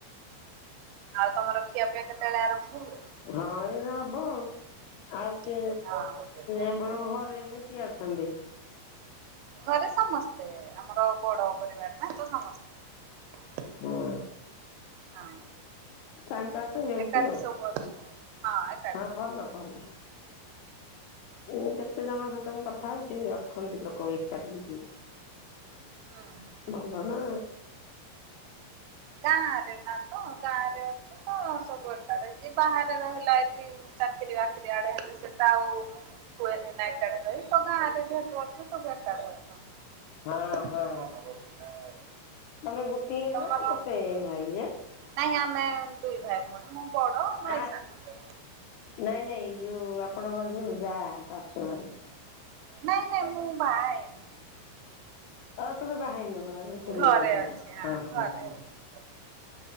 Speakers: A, on the right (about 80°); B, on the left (about 80°).
A: ଆଉ ତମର ଖିଆ ପିଆ କେତେବେଳେ ଆରମ୍ଭ ହୁଏ?
B: ହଁ ଏଇନେ ହବ ଆଉ। ଆଉ କି
A: ହଁ।
B: ଆପଣଙ୍କ ଘରେ ଏବେ କିଏ ଅଛନ୍ତି?
A: ଘରେ ସମସ୍ତେ। ଆମର ବଡ ପରିବାର ନା, ତ ସମସ୍ତେ।
B: ହଁ
A: ହଁ।
B: ଟାଇମ୍ ପାସ୍ ହେଇଯାଉଛି
A: ଏକାଠି
B: ଆଉ
A: ସବୁ ଅଛୁ ଆଉ। ହଁ ଏକାଠି।
B: ଭଲ ଭଲ। ମୁଁ କେତେ ଜଣଙ୍କ ସହିତ ମୁଁ କ କଥା ହଉଚି ଅଛନ୍ତି ଲୋକ ଏକାଠି ହେଇକି।
A: ହୁଁ।
B: ଭଲ ନା।
A: ଗାଁ ରେ ନା ତ ଗାଁ ରେ ଅଛୁ ତ ସବୁ ଏକାଠି। ଯିଏ ବାହାରେ ରହିଲା ଏଠି ଚାକିରି ବାକିରି ଆଡେ ହେଲେ ସେଟା ଆଉ ହୁଏନି ନା ଏକାଠି ରହି, ତ ଗାଁ ରେ ଯେହେତୁ ଅଛି ସବୁ ଏକାଠିି ଅଛନ୍ତି।
B: ହଁ ହଁ
A: <unintelligible>
B: ତମେ ଗୋଟିଏ
A: ତମର
B: ନା କେତେ ଭାଇ ଯେ?
A: ନାଇଁ ଆମେ ଦୁଇ ଭାଇ ଭଉଣୀ। ମୁଁ ବଡ ଭାଇ
B: ଆ
A: ସାନ।
B: ନାଇଁ ନାଇଁ ଯୋଉ ଆପଣଙ୍କର ଯୋଉ ଯା ଶାଶୁଘରେ।
A: ନାଇଁ ନାଇଁ ମୁଁ ବାହା ହେଇନି।
B: ଅ ହ ତମେ ବାହା ହେଇନ <unintelligible> ସିଲେଇ
A: ଘରେ
B: କରୁଚ
A: ଅଛି ହଁ ଘରେ ଅଛି।